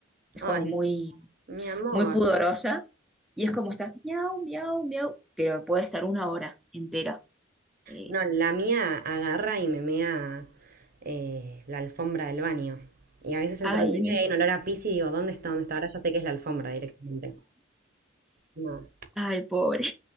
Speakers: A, in the centre; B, on the right.
A: Es como
B: Ay,
A: muy,
B: mi amor.
A: muy pudorosa y es como está, miau, miau, miau, pero puede estar una hora entera. Eh,
B: No, la mía agarra y me mea eh, la alfombra del baño. Y a veces entro
A: ay,
B: al baño
A: no,
B: y hay un olor a pis y digo, ¿dónde está? ¿Dónde está? Ahora ya sé que es la alfombra directamente. No,
A: ay, pobre.